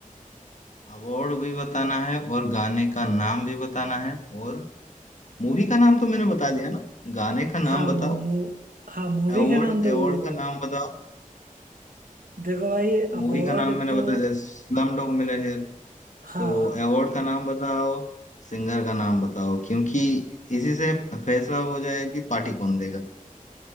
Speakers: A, on the left; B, on the right.
A: अवार्ड भी बताना है और गाने का नाम भी बताना है और मूवी का नाम तो मैंने बता दिया ना गाने का नाम
B: हाँ
A: बताओ
B: मू हाँ मूवी
A: अवार्ड
B: का नाम तो
A: अवार्ड
B: वो
A: का नाम बताओ
B: देखो भाई
A: मूवी
B: अवार्ड
A: का नाम मैंने
B: तो
A: बता दिया स्लम डॉग मिलियनेयर
B: हाँ
A: तो
B: हाँ
A: अवार्ड का नाम बताओ सिंगर का नाम बताओ क्योंकि इसी से फैसला हो जाएगा कि पार्टी कौन देगा